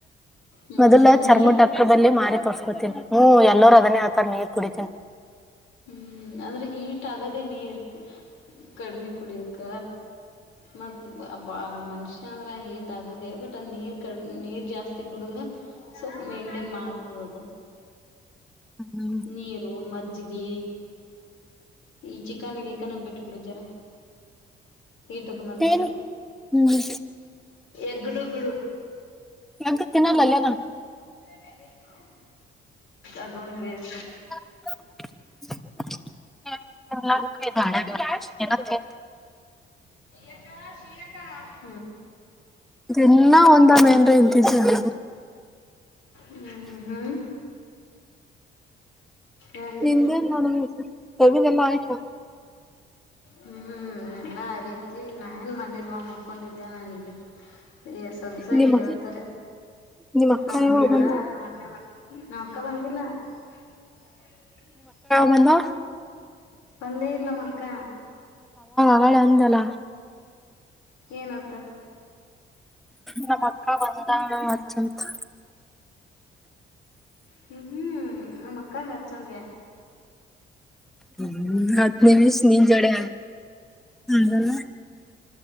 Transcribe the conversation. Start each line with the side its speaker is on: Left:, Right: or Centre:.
Left: ಹ್ಞೂ
Centre: ಮೊದಲ
Left: ಹ್ಞೂ
Centre: ಚರ್ಮದ
Left: ನೀರು
Centre: ಡಾಕ್ಟರ್ ಬಲ್ಲಿ ಮಾರಿ ತೋರ್ಸ್ಕೊತೀನಿ ಹ ಎಲ್ಲರ ಅದನ್ನೇ ನೀರ್ ಕುಡಿತಿನಿ
Left: ಹ್ಮ್ ಅಂದ್ರೆ ಹೀಟ್ ಆಗದೆ ನೀರ್ ಕಡಿಮೆ ಕುಡಿಯೋಧ ಮತ್ಬ್ ಮನುಷ್ಯ ಅಂದ್ರ ಹೀಟ್ ಆಗುದ ಬಟ್ ಅದ ನೀರ್ ಕಡಿಮೆ ನೀರ್ ಜಾಸ್ತಿ ಕುಡಿದ್ರ ಸ್ವಲ್ಪ ಮೇಂಟೈನ್ ಮಾಡ್ತದ ಅದ
Centre: ಹ್ಮ್
Left: ನೀರು ಮ ಮಜ್ಜಿಗಿ ಈ ಚಿಕನ ಜಿಕನ್ ಬಿಟ್ ಬಿಡು ಜರ ಹೀಟದ ಮೊದ್ಲ
Centre: ತನ್ ಹ್ಮ್
Left: ಎಗ್ನು ಬಿಡು
Centre: ಎಗ್ಗ್ ತಿನ್ನಲ್ಲಲ ನಾನು
Left: ಹ್ಮ ಅದೊಂದು ಬೇಸ್
Centre: ಕ <unintelligible>
Left: ಎ ಶಕ <unintelligible>
Centre: ಇನ್ನ ಒಂದ ಮೇನ್ರ ಇಂತಿದ
Left: ಹ್ಮ್ ಹ್ಮ್ ಏನಂದಿ
Centre: ನಿಂದ ನೋಡುದ ತವಿದೆೆಲ್ಲ ಆಯತಾ
Left: ಹ್ಮ್ ಎಲ್ಲಾ ಆಗೈತಿ ನಾ ಏನ್ ಮಾಡಿಲ್ವ ಮುಕೊಂಡಿದ್ದೆ ನಾನು ಈಗ ಎ ಸೊಗಸಾ
Centre: ನಿಮ್ಮ
Left: ಇಲ್ಲವತರ
Centre: ನಿಮ್ಮ ಅಕ್ಕ
Left: ನಾ ಮಮ್ಮಿ
Centre: ಯಾವಾಗ
Left: ಅದಲ್
Centre: ಬಂದ
Left: ಮಾಡಕ್ ನಮ್ಮ ಅಕ್ಕ ಬಂದಿಲ್ಲ ಹ
Centre: ಮತ್ ಬಾ
Left: ಬಂದೇ ಇಲ್ಲ ನಮ್ಮ ಅಕ್ಕ
Centre: ಹಳಂದಲ
Left: ಏನತ್ತ
Centre: ನಮ್ಮ ಅಕ್ಕಾ ಬಂದಲ್ ಅಚ್ಚಂತ್
Left: ಹ್ಮ್ ಹ್ಮ್ ನಮ್ಮ ಅಕ್ಕ ಹಚ್ಚಂದ
Centre: ಹ್ಮ ಹತ್ತು ನಿಮಿಷ ನಿನ್ ಜಡೆ ಆಗನ್